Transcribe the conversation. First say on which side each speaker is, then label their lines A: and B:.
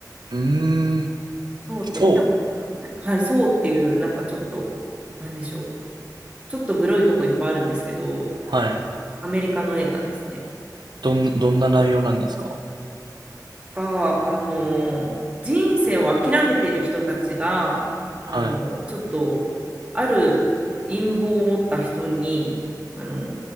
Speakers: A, on the right; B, on the right.
A: うーん。
B: ソーって見たことない。
A: そ
B: はい、ソーっていう、なんかちょっと、なんでしょう。ちょっとグロいとこいっぱいあるんですけど、
A: うはい。
B: アメリカの映画ですね。
A: どん、どんな内容なんですか
B: か、あの、人生を諦めている人たちが、あの、
A: はい。
B: ちょっと、ある陰謀を持った人に、あの、